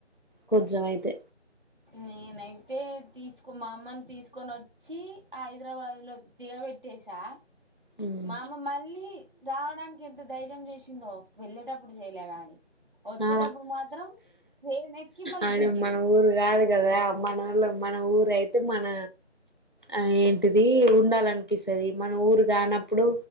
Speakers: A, on the left (about 45°); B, on the right (about 45°).
A: కొజ్జమయితే
B: నేనైతే తీసుకో మా అమ్మని తీసుకొని వచ్చి హైదరాబాదులో దిగబెట్టేసా
A: ఉమ్
B: మామ మళ్ళీ రావడానికి ఏంది ఎంత ధైర్యం చేసిందో వెళ్లేటప్పుడు చేయలే గాని వచ్చేటప్పుడు
A: ఆ
B: మాత్రం ట్రైన్ ఎక్కి మళ్ళీ
A: అవును
B: దిగింది
A: మన ఊరు కాదు కదా అ మన ఊర్లో మన ఊరు అయితే మన ఆ ఏంటిది ఉండాలనిపిస్తది మన ఊరు కానప్పుడు